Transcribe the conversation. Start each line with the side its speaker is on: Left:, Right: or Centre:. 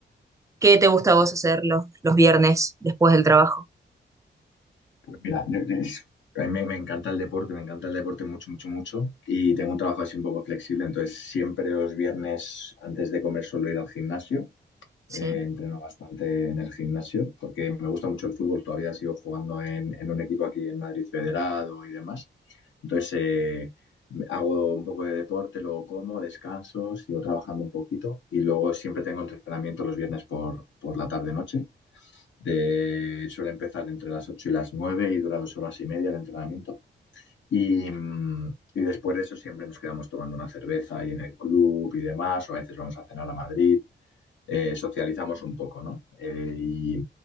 Right: qué te gusta a vos hacer los, los viernes después del trabajo?
Left: Pues mira, yo- yo- a mí me, me encanta el deporte, me encanta el deporte mucho, mucho, mucho. Y tengo un trabajo así un poco flexible, entonces siempre los viernes antes de comer suelo ir al gimnasio.
Right: Sí,
Left: eh, entreno bastante en el gimnasio porque me gusta mucho el fútbol, todavía sigo jugando en, en un equipo aquí en Madrid Federado y demás. Entonces eh, hago un poco de deporte, luego como, descanso, sigo trabajando un poquito y luego siempre tengo entrenamiento los viernes por, por la tarde-noche. De, suele empezar entre las 8 y las 9 y dura dos horas y media el entrenamiento. Y, mm, y después de eso siempre nos quedamos tomando una cerveza ahí en el club y demás, o a veces vamos a cenar a Madrid eh, socializamos un poco, ¿no? Eh, y,